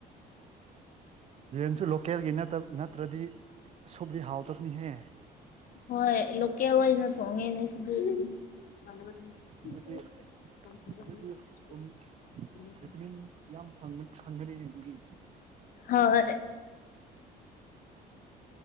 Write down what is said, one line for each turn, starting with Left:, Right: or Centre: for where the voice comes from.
Right: ꯌꯦꯟꯁꯨ ꯂꯣꯀꯦꯜꯒꯤ ꯅꯠꯇ꯭ꯔꯗꯤ ꯁꯨꯞꯗꯤ ꯍꯥꯎꯇꯕꯅꯤꯍꯦ
Left: ꯍꯣꯏ ꯂ ꯑꯋꯥꯖ ꯅꯊ ꯍꯧꯉꯅꯤ ꯁꯤ <unintelligible>
Right: ꯑꯗꯨꯗꯤ ꯑꯗꯨꯗꯤ ꯇꯨꯝ ꯚꯤꯇꯃꯤꯟ
Left: <unintelligible>
Right: ꯌꯥꯝ ꯐꯪꯅꯅꯤꯅꯦ ꯑꯗꯨꯒꯤ
Left: ꯍꯣꯏ